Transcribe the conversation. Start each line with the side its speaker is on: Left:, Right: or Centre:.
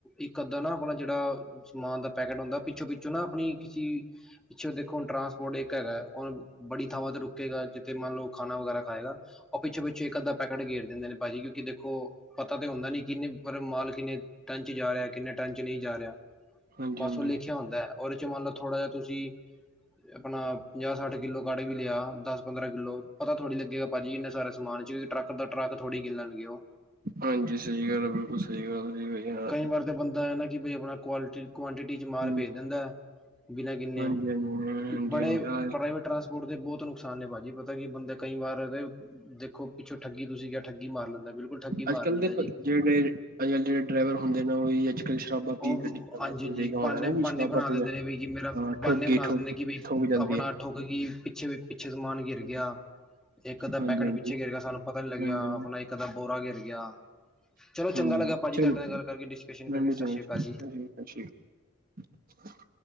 Centre: ਇੱਕ ਅੱਧਾ ਨਾ ਆਪਣਾ ਜਿਹੜਾ ਸਮਾਨ ਦਾ ਪੈਕੇਟ ਹੁੰਦਾ ਪਿੱਛੋਂ ਪਿੱਛੋਂ ਨਾ ਆਪਣੀ ਕਿਸੀ ਪਿੱਛੇ ਦੇਖੋ ਹੁਣ ਟ੍ਰਾਂਸਪੋਰਟ ਇੱਕ ਹੈਗਾ ਉਹ ਬੜੀ ਥਾਵਾਂ ਤੇ ਰੁਕੇਗਾ ਜਿ ਮੰਨ ਲਓ ਖਾਣਾ ਵਗੈਰਾ ਖਾਏਗਾ ਉਹ ਪਿੱਛੇ-ਪਿੱਛੇ ਇੱਕ ਅੱਧਾ ਪੈਕੇਟ ਘੇਰ ਦਿੰਦੇ ਨੇ ਪਾਜੀ ਕਿਉਂਕ ਦੇਖੋ ਪਤਾ ਤੇ ਹੁੰਦਾ ਨੀ ਕਿੰਨੇ ਪਰ ਮਾਲ ਕਿੰਨੇ ਟਨ ਜਾ ਰਿਹਾ ਕਿੰਨੇ ਟਨ ਚ ਨਹੀਂ ਜਾ ਰਿਹਾ
Right: ਹਾਂਜੀ
Centre: ਬਸ ਉਹ ਲਿਖਿਆ ਹੁੰਦਾ ਹੈ ਉਹਦੇ ਚ ਮੰਨ ਲਓ ਥੋੜਾ ਜਹਾ ਤੁਸੀਂ ਆਪਣਾ ਪੰਜਾਹ ਸੱਠ ਕਿੱਲੋ ਕਾਡ ਵੀ ਲਿਆ ਦਸ ਪੰਦਰਾਂ ਕਿੱਲੋ ਪਤਾ ਥੜੀ ਲੱਗੇਗਾ ਪਾਜੀ ਇਨੇ ਸਾਰੇ ਸਮਾਨ ਚੋ ਵੀ ਟਰੱਕ ਦਾ ਟਰੱਕ ਥੋੜ੍ਹੀ ਗਿਣ ਲੈਣਗੇ ਉਹ
Right: ਹਾਂਜੀ ਸਹੀ ਗੱਲ ਹੈ ਬਿਲਕੁਲ ਸਹੀ ਗੱਲ। ਸਹੀ ਹਾਂਜੀ ਹਾਂਜੀ
Centre: ਕਈ ਵਾਰ ਤਾਂ ਬੰਦਾ ਇਹ ਹੈ ਨਾ ਕਿ ਬ ਆਪਣਾ ਕੁਆਲਟੀ ਕੁਆਂਟਿਟੀ ਚ ਮਾਲ
Right: ਹਾਂਜੀ
Centre: ਪੇਜ ਦਿੰਦਾ। ਬਿਨਾਂ ਗਿਣੇ
Right: ਹਾਂਜੀ
Centre: ਬੜੇ
Right: ਹਾਂਜੀ ਹਾਂ
Centre: ਪ੍ਰਾਈਵੇਟ ਟ੍ਰਾਂਸਪੋਰਟ ਦੇ ਬਹੁਤ ਨੁਕਸਾਨ ਨੇ ਪਾਜੀ ਪਤਾ ਕੀ ਬੰਦੇ ਕਈ ਵਾਰ ਦੇਖੋ ਪਿੱਛੋਂ ਠੱਗੀ ਤੁਸੀਂ ਕ ਠੱਗੀ ਮਾਰ ਲੈਂਦਾ ਬਿਲਕੁੱਲ ਠੱਗੀ
Right: ਅੱਜ
Centre: ਮਾਰ
Right: ਕੱਲ੍ਹ
Centre: ਲੈਂਦਾ
Right: ਦੇ
Centre: ਜੀ।
Right: <unintelligible> ਡਰਾਈਵਰ ਹੁੰਦੇ ਨੇ ਉ ਅੱਜ-ਕੱਲ੍ਹ ਸ਼ਰਾਬਾ ਪੀ
Centre: ਉਹ
Right: ਕੇ ਗੱਡੀ ਚਲਾਂਦੇ
Centre: ਹਾਂਜੀ
Right: ਕੋ
Centre: ਹਾਂਜੀ
Right: ਦੇਖਿਆ ਹੋਣਾਾ
Centre: ਬਾਨੇ
Right: ਜੀ
Centre: ਬਾਨੇ
Right: ਸ਼ਰਾਬਾ
Centre: ਬਣਾ
Right: ਪੀ
Centre: ਦਿੰਦੇ
Right: ਕੇ
Centre: ਨੇ ਬਈ ਜੀ ਮੇਰਾ
Right: ਹਾਂ।
Centre: ਬਾਨੇ
Right: ਠੋਗੀ
Centre: ਬਣਾ
Right: ਠੋਗੀ
Centre: ਦਿੰਦੇ ਕਿ ਬਈ
Right: ਠੋਕ ਜਾਂਦੀ
Centre: ਆਪਣਾ
Right: ਹੈ
Centre: ਠੋਕ ਕੀ ਪਿੱਛੇ ਵੀ ਪਿੱਛੇ ਸਮਾਨ ਗਿਰ
Right: ਹਾਂਜੀ
Centre: ਗਿਆ ਇੱਕ-ਅੱਧਾ
Right: ਹਾਂਜੀ
Centre: ਪੈਕਟ
Right: ਹਾਂਜੀ
Centre: ਪਿੱਛੇ ਗਿਰ ਗਿਆ ਸਾਨੂੰ ਪਤਾ ਨੀ ਲੱਗਿਆ
Right: ਹਾਂਜੀ
Centre: ਆਪਣਾ। ਕਦਾ ਬੋਰਾ ਗਿਰ ਗਿਆ ਚਲੋ ਚੰਗਾ
Right: ਹਾਂਜੀ
Centre: ਲੱਗਾ ਪਾਜੀ
Right: ਚਲੋ
Centre: ਤੁਹਾਡੇ ਨਾਲ ਗੱਲ ਕਰਕੇ ਡਿਸਕਸ਼ਨ
Right: ਮੈਨੂੰ
Centre: ਕਰਕੇ ਸਤਿ
Right: ਚੰਗਾ
Centre: ਸ੍ਰੀਆ ਕਾਲ ਜੀ।
Right: ਸਤਿ ਸ੍ਰੀ ਕਾਲ। <unintelligible>